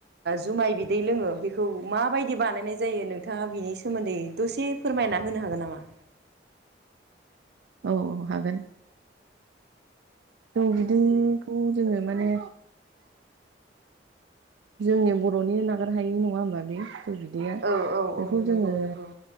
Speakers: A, on the right; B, on the right.
A: जुमाय बिदै लोङो बेखौ माबायदि बानायनाय जायो नोंथाङा बिनि सोमोन्दै दसे फोरमायना होनो हागोन नामा?
B: औ औ हागोन जौ बिदैखौ जोङो माने जोंनि बर'नि नागार हायि नङा होमबा बे फिथौ बिदैया
A: औ औ
B: बेखौ
A: औ नंगौ
B: जोङो
A: नंगौ